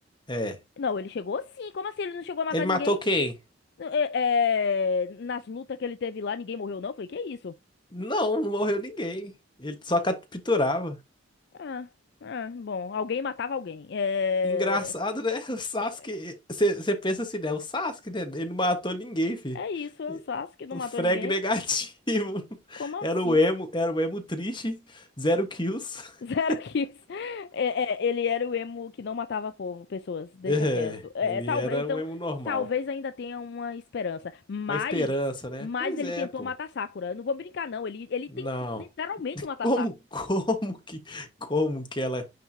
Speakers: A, on the left; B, on the left.
A: É.
B: Não, ele chegou sim. Como assim ele não chegou a matar
A: Ele
B: ninguém?
A: matou quem?
B: É, é, nas lutas que ele teve lá, ninguém morreu, não? Foi que isso?
A: Não, não morreu ninguém. Ele só capturava.
B: Ah, ah, bom, alguém matava alguém. É.
A: Engraçado, né? <laughs> O Sasuke.
B: é,
A: Você pensa assim, né? O Sasuke, né? Ele não matou ninguém, filho.
B: É isso, é o Sasuke que não
A: O
B: matou
A: frag
B: ninguém?
A: negativo. <laughs>
B: Como assim?
A: Era o emo, era o emo triste. Zero kills.
B: <laughs>
A: <laughs>
B: Zero kills. É, é, ele era o emo que não matava povo, pessoas, deixa
A: É,
B: quieto. É,
A: ele
B: talvez,
A: era
B: então,
A: um emo normal.
B: talvez ainda tenha uma esperança. Mas,
A: Uma esperança, né?
B: mas
A: Pois
B: ele
A: é,
B: tentou
A: pô.
B: matar Sakura. Eu não vou brincar, não. Ele, ele
A: Não.
B: tentou literalmente
A: <laughs>
B: matar
A: Como,
B: Sakura.
A: como que, como que ela,